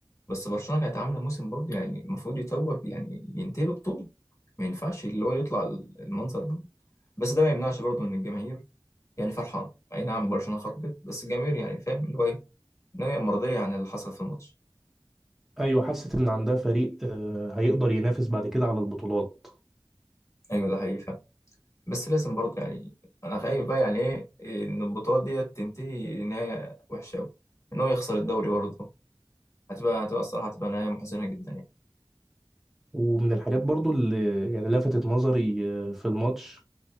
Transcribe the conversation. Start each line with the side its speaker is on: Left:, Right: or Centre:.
Left: بس برشلونة كانت عاملة موسم برضه يعني المفروض يتوج يعني ينتهي ببطولة ما ينفعش اللي هو يطلع المنظر ده بس ده ما يمنعش برضه ان الجماهير يعني فرحان اي نعم برشلونه خرجت بس الجماهير يعني فاهم اللي هو ايه نهايه مرضيه عن اللي حصل في الماتش
Centre: أيوة حست إن عندها فريق آه، هيقدر ينافس بعد كده على البطولات
Left: ايوه ده حقيقي فعلا. بس لازم برضه يعني انا خايف بقى يعني ايه ان البطوله ديت تنتهي نهايه وحشه قوي ان هو يخسر الدوري برضه هتبقى هتبقى الصراحه هتبقى نهايه محزنه جدا يعني
Centre: ومن الحاجات برضو اللي يعني لفتت نظري آه، في الماتش